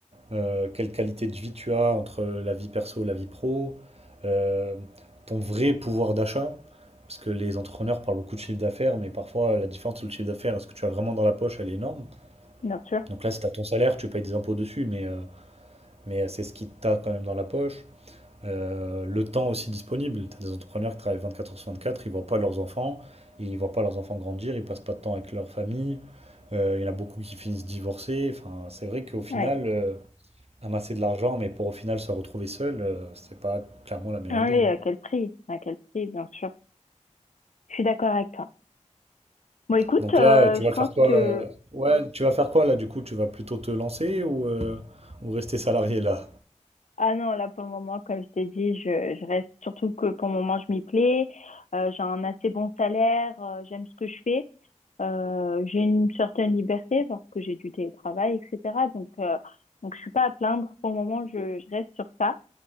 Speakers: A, on the right; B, on the left.
A: Euh, quelle qualité de vie tu as entre la vie perso et la vie pro. Euh, ton vrai pouvoir d'achat. Parce que les entrepreneurs parlent beaucoup de chiffre d'affaires, mais parfois la différence entre le chiffre d'affaires et ce que tu as vraiment dans la poche, elle est énorme.
B: bien sûr.
A: Donc là, si tu as ton salaire, tu payes des impôts dessus, mais, euh, mais c'est ce qui t'a quand même dans la poche euh, le temps aussi disponible. Tu as des entrepreneurs qui travaillent 24 heures sur 24. ils ne voient pas leurs enfants, ils ne voient pas leurs enfants grandir, ils ne passent pas de temps avec leur famille. Euh, il y en a beaucoup qui finissent divorcés. Enfin, c'est vrai qu'au final,
B: Ouais.
A: euh, amasser de l'argent, mais pour au final se retrouver seul, ce c'est pas clairement la meilleure
B: Ah
A: idée.
B: Oui,
A: hein.
B: à quel prix? À quel prix, bien sûr. Je suis d'accord avec toi. Bon, écoute,
A: Donc
B: euh,
A: là, euh, tu
B: je
A: vas
B: pense
A: faire quoi?
B: que
A: euh, Ouais, tu vas faire quoi là? Du coup, tu vas plutôt te lancer ou, euh, ou rester salarié là?
B: Ah non, là pour le moment, comme je t'ai dit, je, je reste surtout que pour le moment, je m'y plais. Euh, j'ai un assez bon salaire, euh, j'aime ce que je fais. Euh, j'ai une certaine liberté parce que j'ai du télétravail, etc. Donc, euh, donc je suis pas à plaindre. Pour le moment, je, je reste sur ça.